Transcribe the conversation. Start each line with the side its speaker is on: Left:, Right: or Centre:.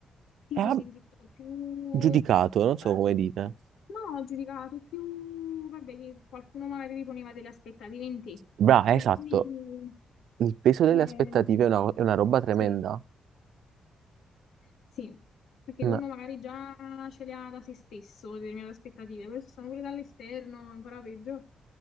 Left: Ti
Right: era
Left: sei sentito più...
Right: giudicato, non so
Left: eh,
Right: come dite.
Left: No, giudicato più, vabbè, che qualcuno magari ti poneva delle aspettative in te
Right: Bra,
Left: e quindi
Right: esatto, il peso
Left: eh,
Right: delle aspettative è una, è una roba tremenda.
Left: Sì, sì, perché
Right: Mm.
Left: uno magari già ce le ha da se stesso determinate aspettative, poi ci sono pure dall'esterno, ancora peggio,